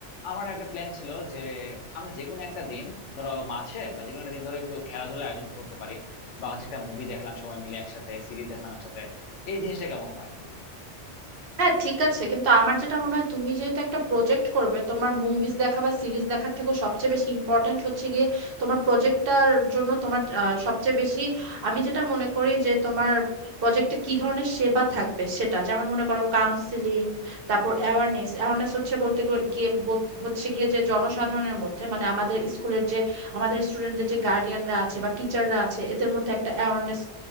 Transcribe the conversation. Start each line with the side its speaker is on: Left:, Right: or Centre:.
Left: আমার একটা প্ল্যান ছিল যে আমরা যে কোনো একটা দিন ধরো মাসে বা যে কোনো একটা দিন ধরো একটু খেলাধুলা আয়োজন করতে পারি বা হচ্ছে একটা মুভি দেখলাম সবাই মিলে একসাথে সিরিজ দেখলাম একসাথে এই জিনিসটা কেমন হয়
Right: হ্যাঁ ঠিক আছে কিন্তু আমার যেটা মনে হয় তুমি যেহেতু একটা প্রজেক্ট করবে তোমার মুভিজ দেখা বা সিরিজ দেখার থেকে সবচেয়ে বেশি ইম্পর্টেন্ট হচ্ছে গিয়ে তোমার প্রজেক্টটার জন্য তোমার আহ, সবচেয়ে বেশি আমি যেটা মনে করি যে তোমার প্রজেক্টে কি ধরনের সেবা থাকবে সেটা যেমন মনে করো কাউন্সিলিং তারপর অ্যাওয়ারনেস অ্যাওয়ারনেস হচ্ছে বলতে গ- গিয়ে বল- হচ্ছে গিয়ে যে জনসাধারণের মধ্যে মানে আমাদের স্কুলের যে আমাদের স্টুডেন্টদের যে গার্ডিয়ানরা আছে বা টিচাররা আছে এদের মধ্যে একটা অ্যাওয়ারনেস